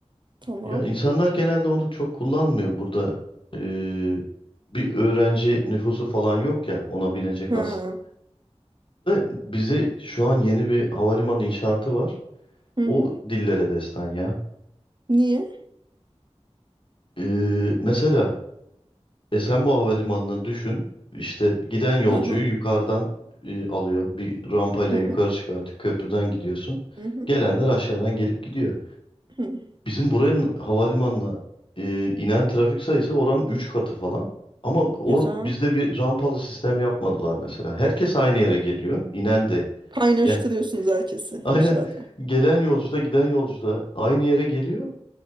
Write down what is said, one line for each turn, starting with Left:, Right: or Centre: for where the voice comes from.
Right: Tamam.
Left: Ya insanlar genelde onu çok kullanmıyor burada. Ee, bir öğrenci nüfusu falan yok ya ona binecek
Right: Ha.
Left: aslında. Bize şu an yeni bir havalimanı inşaatı var.
Right: Hı
Left: O
Right: hı.
Left: dillere destan ya.
Right: Niye?
Left: Ee, mesela Esenboğa Havalimanı'nı düşün. İşte giden yolcuyu
Right: Hı hı.
Left: yukarıdan e, alıyor. Bir rampayla
Right: Hı
Left: yukarı
Right: hı.
Left: çıkartıp köprüden gidiyorsun.
Right: Hı hı.
Left: Gelenler aşağıdan gelip gidiyor.
Right: Hı,
Left: Bizim buranın havalimanına e, inen trafik sayısı oranın 3 katı falan. Ama or
Right: güzel.
Left: bizde bir rampalı sistem yapmadılar mesela. Herkes aynı yere geliyor. İnen de.
Right: Kaynaştırıyorsunuz
Left: Yani
Right: herkesi
Left: aynen
Right: aşağıda.
Left: <laughs> gelen yolcu da giden yolcu da aynı yere geliyor.